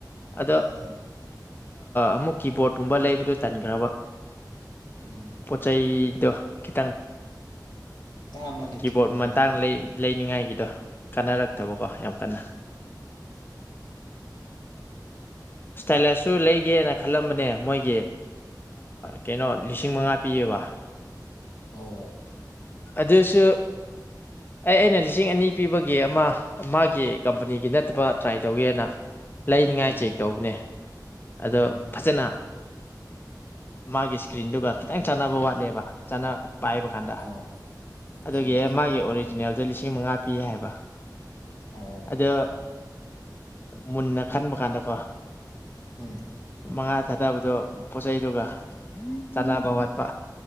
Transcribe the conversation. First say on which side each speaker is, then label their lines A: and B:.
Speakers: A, on the left (about 30°); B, on the left (about 75°).
A: ꯑꯗꯣ
B: ꯎꯝ
A: ꯑꯃꯨꯛ ꯀꯤꯕꯣꯔꯠꯀꯨꯝꯕ ꯂꯩꯕꯗꯣ ꯇꯟꯈ꯭ꯔꯕ
B: ꯎꯝ
A: ꯄꯣꯠ ꯆꯩꯗꯣ ꯈꯤꯇꯪ
B: ꯇꯥꯡꯕꯅꯦ
A: ꯀꯤꯕꯣꯔꯠ
B: ꯀꯤꯕꯣꯔꯗꯇꯨ
A: ꯃꯇꯥꯡ
B: ꯑꯃꯨꯛꯀ
A: ꯂꯩꯅꯤꯉꯥꯏꯒꯤꯗꯣ ꯀꯥꯟꯅꯔꯛꯇꯕꯀꯣ
B: ꯎꯝ
A: ꯌꯥꯝ ꯀꯟꯅ ꯏꯁꯇꯥꯏꯂꯁꯁꯨ ꯂꯩꯒꯦꯅ ꯈꯜꯂꯝꯕꯅꯦ ꯃꯣꯏꯒꯤ ꯀꯩꯅꯣ ꯂꯤꯁꯤꯡ ꯃꯉꯥ ꯄꯤꯌꯦꯕ
B: ꯑꯣ
A: ꯑꯗꯨꯁꯨ ꯑꯩ ꯑꯩꯅ ꯂꯤꯁꯤꯡ ꯑꯅꯤ ꯄꯤꯕꯒꯤ ꯑꯃ ꯃꯥꯒꯤ ꯀꯝꯄꯅꯤꯒꯤ ꯅꯠꯇꯕ ꯇ꯭ꯔꯥꯏ ꯇꯧꯒꯦꯅ ꯂꯩꯅꯤꯉꯥꯏ
B: ꯎꯝ
A: ꯆꯦꯛ ꯇꯧꯕꯅꯦ ꯑꯗꯣ
B: ꯎꯝ
A: ꯐꯖꯅ ꯃꯥꯒꯤ ꯏꯁꯀ꯭ꯔꯤꯟꯗꯨꯒ ꯈꯤꯇꯪ ꯆꯥꯅꯕ ꯋꯥꯠꯂꯦꯕ ꯄꯥꯏꯕ ꯀꯥꯟꯗ
B: ꯑꯣ ꯑꯣꯀꯦ
A: ꯑꯗꯨꯒꯤ
B: ꯑꯣꯀꯦ
A: ꯃꯥꯒꯤ ꯑꯣꯔꯤꯖꯤꯅꯦꯜꯗꯣ ꯂꯤꯁꯤꯡ ꯃꯉꯥ ꯄꯤ ꯍꯥꯏꯕ
B: ꯑꯣ
A: ꯑꯗꯣ ꯃꯨꯟꯅ ꯈꯟꯕ ꯀꯥꯟꯗꯀꯣ
B: ꯎꯝ
A: ꯃꯉꯥ ꯊꯥꯗꯕꯗꯣ ꯄꯣꯠ ꯆꯩꯗꯨꯒ ꯆꯥꯟꯅꯕ ꯋꯥꯠꯄ